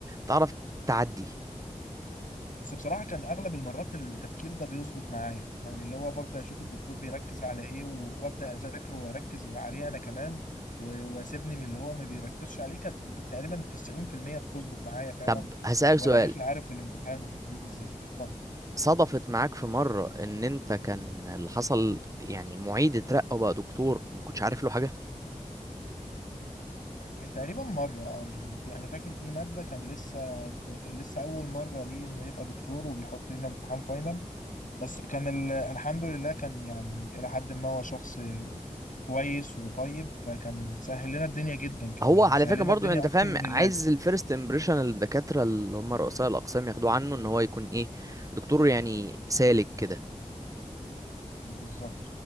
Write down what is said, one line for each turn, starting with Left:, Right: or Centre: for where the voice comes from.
Right: تعرف تعدي
Left: بس بصراحة كان أغلب المرات التفكير ده بيظبط معايا يعني اللي هو ببدأ أشوف الدكتور بيركز على إيه و- وأبدأ أذاكره وأركز عليه أنا كمان و- وأسيبني من اللي هو ما بيركزش عليه كانت تقريبا 90% بتظبط معايا فعلا
Right: طب هسألك
Left: وأبقى
Right: سؤال
Left: داخل عارف الامتحان بيجي إزاي اتفضل
Right: صدفت معاك في مرة ان انت كان اللي حصل يعني معيد اترقى وبقى دكتور ما كنتش عارف له حاجة
Left: يعني تقريبا مرة أه يعني في أنا فاكر في مادة كان لسه د- لسه أول مرة ليه إنه يبقى دكتور وبيحط لنا امتحان فاينل بس كان ال- الحمد لله كان يعني إلى حد ما هو شخص كويس وطيب فكان سهل لنا الدنيا جدا كمان
Right: هو
Left: يعني
Right: على
Left: سهل
Right: فكرة
Left: لنا
Right: برضو
Left: الدنيا
Right: انت
Left: اكتر
Right: فاهم
Left: من اللازم
Right: عايز الفيرست امبريشن الدكاترة اللي هم رؤساء الاقسام ياخدوه عنه ان هو يكون ايه دكتور يعني سالك كده
Left: بالظبط